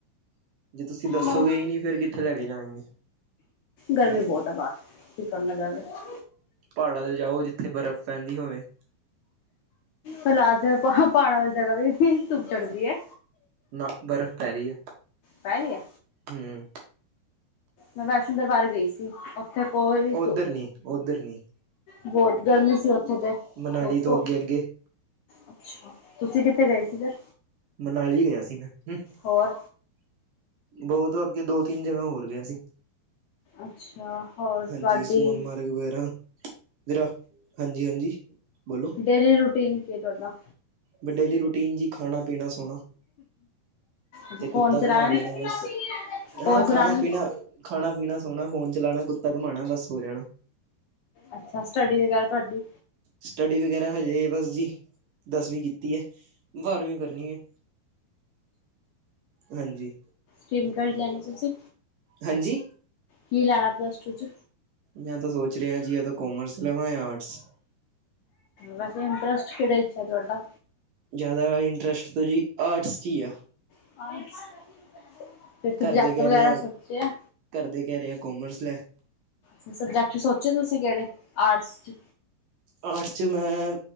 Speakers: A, on the right; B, on the left.
A: ਜੇ ਤੁਸੀਂ ਦੱਸੋਗੇ
B: ਬਸ
A: ਨਹੀਂ ਫੇਰ ਕਿੱਥੇ ਲੈ ਕੇ ਜਾਣਗੇ?
B: ਗਰਮੀ ਬਹੁਤ ਹੈ ਬਾਹਰ, ਕੀ ਕਰਨਾ ਜਾਕੇ।
A: ਪਹਾੜਾਂ ਤੇ ਜਾਓ ਜਿੱਥੇ ਬਰਫ਼ ਪੈਂਦੀ ਹੋਵੇ।
B: ਹਾਲਾਤ ਆ ਪਹਾੜਾ ਵਾਲੀ ਜਗ੍ਹਾ ਤੇ ਵੀ ਧੁੱਪ ਚੜਦੀ ਹੈ।
A: ਨਾ ਬਰਫ਼ ਪੈ ਰਹੀ ਆ।
B: ਪੈ ਰਹੀ ਆ।
A: ਹਮ।
B: ਮੈਂ ਵੈਸ਼ਨੋ ਦਰਬਾਰ ਗਈ ਸੀ ਉੱਥੇ ਕੋਈ
A: ਉੱਧਰ ਨੀ ਉੱਧਰ ਨੀ
B: ਬਹੁਤ ਗਰਮੀ ਸੀ ਉੱਥੇ ਤੇ ਤਾਂ
A: ਮਨਾਲੀ ਤੋਂ
B: ਧੁੱਪ
A: ਅੱਗੇ-ਅੱਗੇ
B: ਅੱਛਾ, ਤੁਸੀਂ ਕਿੱਥੇ ਗਏ ਸੀ ਫਿਰ?
A: ਮਨਾਲੀ ਗਿਆ ਸੀ, ਮੈਂ ਹੂੰ
B: ਹੋਰ
A: ਬਹੁਤ ਅੱਗੇ ਦੋ-ਤਿੰਨ ਜਗ੍ਹਾ ਹੋਰ ਗਿਆ ਸੀ।
B: ਅੱਛਾ! ਹੋਰ
A: ਹਾਂਜੀ,
B: ਤੁਹਾਡੀ
A: ਸੋਨਮਾਰਗ ਵਗੈਰਾ, ਇਧਰ ਆ ਹਾਂਜੀ-ਹਾਂਜੀ ਬੋਲੋ।
B: ਡੇਲੀ ਰੂਟੀਨ ਕੀ ਏ ਤੁਹਾਡਾ?
A: ਬ ਡੇਲੀ ਰੂਟੀਨ ਜੀ ਖਾਣਾ-ਪੀਣਾ, ਸੋ ਸੋਣਾ
B: ਅੱਛਾ
A: ਤੇ ਕੁੱਤਾ
B: ਫੋਨ ਚਲਾਣਾ
A: ਘਮਾ ਲੈਣਾ ਬਸ
B: ਫੋਨ
A: ਹਾਂ
B: ਚਲਾਣਾ
A: ਖਾਣਾ-ਪੀਣਾ ਖਾਣਾ- ਪੀਣਾ, ਸੋਹਣਾ, ਫੋਨ ਚਲਾਣਾ, ਕੁੱਤਾ ਘੁੰਮਾਣਾ ਬਸ ਸੋ ਜਾਣਾ
B: ਅੱਛਾ, ਸਟੱਡੀ ਵਗੈਰਾ ਤੁਹਾਡੀ?
A: ਸਟੱਡੀ ਵਗੈਰਾ ਹਜੇ ਬਸ ਜੀ, ਦਸਵੀਂ ਕੀਤੀ ਐ। ਬਾਰਵੀਂ ਕਰਨੀ ਐ, ਹਾਂਜੀ।
B: ਸਿਮ ਕਿਹੜੀ ਲੈਣੀ ਤੁਸੀਂ?
A: ਹਾਂਜੀ।
B: ਕੀ ਲੈਣਾਂ ਪਲੱਸ-ਟੂ 'ਚ'?
A: ਮੈਂ ਤਾਂ ਸੋਚ ਰਿਹਾ ਜੀ ਜਾਂ ਤਾਂ ਕੋਮਰਸ ਲੈਵਾਂ ਜਾਂ ਆਰਟਸ।
B: ਵੈਸੇ ਇੰਟਰਸਟ ਕਿਹੜੇ 'ਚ' ਆ ਤੁਹਾਡਾ?
A: ਜ਼ਿਆਦਾ ਇੰਟਰਸਟ ਤਾਂ ਜੀ ਆਰਟਸ 'ਚ' ਈ ਆ।
B: ਆਰਟਸ ਫਿਰ ਸਬਜੈਕਟ
A: ਘਰਦੇ ਕਹਿ
B: ਵਗੈਰਾ
A: ਰਏ ਆ,
B: ਸੋਚਿਆ
A: ਘਰਦੇ ਕਹਿ ਰਏ ਆ ਕੋਮਰਸ ਲੈ।
B: ਫਿਰ ਸਬਜੈਕਟ ਸੋਚੇ ਤੁਸੀਂ ਕਿਹੜੇ ਆਰਟਸ 'ਚ'?
A: ਆਰਟਸ 'ਚ' ਮੈਂ